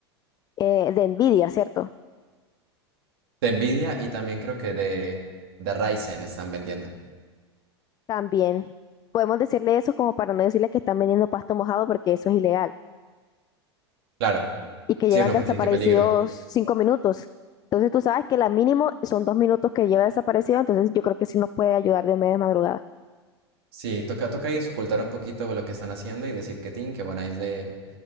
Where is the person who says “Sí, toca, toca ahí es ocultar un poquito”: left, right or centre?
Right